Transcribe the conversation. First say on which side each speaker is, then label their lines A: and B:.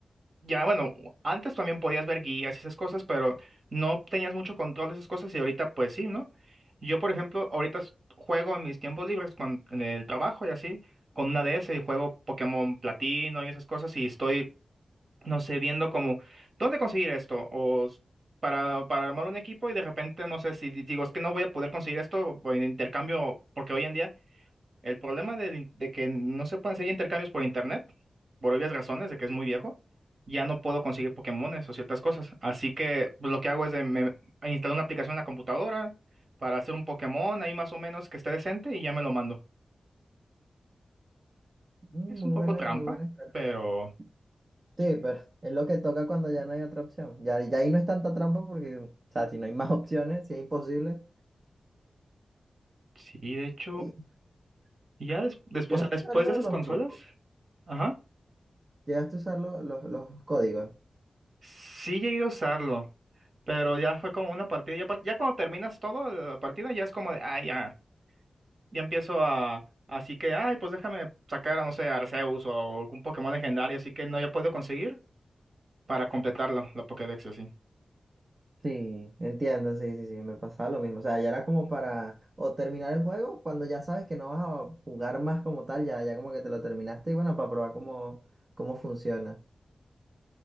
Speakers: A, on the right; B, on the right.
A: Ya, bueno, antes también podías ver guías y esas cosas, pero no tenías mucho control de esas cosas y ahorita pues sí, ¿no? Yo, por ejemplo, ahorita s- juego en mis tiempos libres cuan- en el trabajo y así, con una DS y juego Pokémon Platino y esas cosas y estoy, no sé, viendo como, ¿dónde conseguir esto? O s- para, para armar un equipo y de repente, no sé si di- digo, es que no voy a poder conseguir esto o en intercambio, porque hoy en día el problema del in- de, que no se pueden hacer intercambios por internet, por obvias razones, de que es muy viejo, ya no puedo conseguir Pokémones o ciertas cosas. Así que pues, lo que hago es de, me, me instalo una aplicación en la computadora para hacer un Pokémon ahí más o menos que esté decente y ya me lo mando.
B: Mm,
A: Es
B: Muy
A: un poco
B: buena,
A: trampa,
B: muy buena estrategia.
A: pero
B: Sí, pero es lo que toca cuando ya no hay otra opción. Ya, ya ahí no es tanta trampa porque, o sea, si no hay <laughs> más opciones, si es imposible.
A: sí, de hecho,
B: Y
A: ya des- después,
B: ya
A: después
B: usar lo
A: de esas
B: de los
A: consolas,
B: trucos.
A: ajá,
B: Llegaste a usar lo- los los códigos.
A: sí llegué a usarlo, pero ya fue como una partida. Ya, par- ya cuando terminas todo la partida, ya es como de, ah, ya. ya empiezo a, así que, ay, pues déjame sacar a, no sé, a Arceus o algún Pokémon legendario, así que no, ya puedo conseguir para completarlo, la Pokédex y así.
B: Sí, Entiendo, sí, sí, sí, me pasaba lo mismo. O sea, ya era como para o terminar el juego cuando ya sabes que no vas a jugar más como tal, ya, ya como que te lo terminaste y bueno, para probar cómo, cómo funciona.